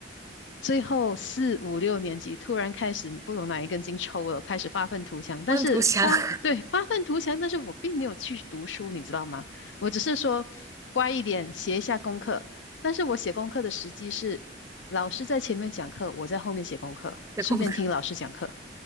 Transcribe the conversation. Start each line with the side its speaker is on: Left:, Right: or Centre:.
Left: 最后四五六年级突然开始不懂哪一根筋抽了，开始发愤图强。但是发，
Right: 万图祥 <laughs>
Left: 对，发愤图强，但是我并没有去读书，你知道吗？我只是说乖一点，写一下功课。但是我写功课的时机是老师在前面讲课，我在后面写功课，
Right: 的功课
Left: 顺便听老师讲课。